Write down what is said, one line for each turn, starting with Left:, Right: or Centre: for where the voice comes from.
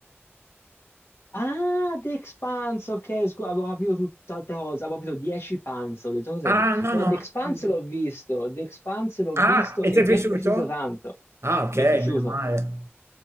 Left: Ah, The Expanse, ok, scusa, avevo capito tutt'altra cosa, avevo capito 10 Pants, ho detto cos'è?
Right: Ah,
Left: die-?"
Right: no,
Left: No,
Right: no.
Left: The Expanse
Right: no, no.
Left: l'ho visto, The Expanse l'ho
Right: Ah,
Left: visto
Right: e
Left: e
Right: ti è
Left: mi
Right: piaciuto?
Left: è piaciuto tanto,
Right: Ah, ok,
Left: mi è piaciuto.
Right: meno male.